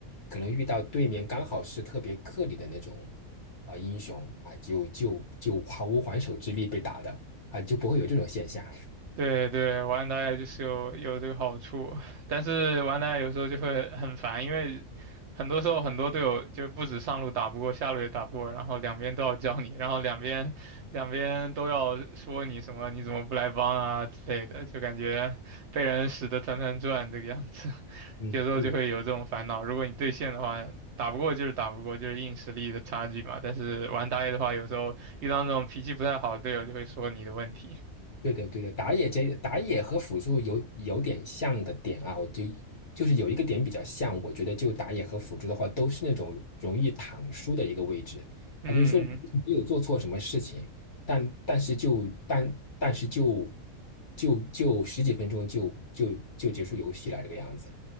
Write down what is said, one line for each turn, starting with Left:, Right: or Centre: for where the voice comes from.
Left: 可能遇到对面刚好是特别克你的那种啊、呃英雄啊，就就就毫无还手之力被打的啊，就不会有这种现象。
Right: 对对，玩打野就是有有这个好处，但是玩打野有时候就会很烦，因为很多时候很多队友就不止上路打不过，下路也打不过，然后两边都要教你，然后两边两边都要说你什么你怎么不来帮啊之类的，就感觉被人使得团团转这个样子，<laughs>
Left: 嗯，
Right: 有时候就会有这种烦恼。
Left: 是的，
Right: 如果你对线的话，打不过就是打不过，就是硬实力的差距嘛。但是玩打野的话，有时候遇到那种脾气不太好的队友，就会说你的问题。
Left: 对的对的，打野这打野和辅助有有点像的点啊，我就就是有一个点比较像，我觉得就打野和辅助的话，都是那种容易躺输的一个位置啊，
Right: 嗯，
Left: 就是说你没有做错什么事情，但但是就但但是就就就十几分钟就就就结束游戏了这个样子，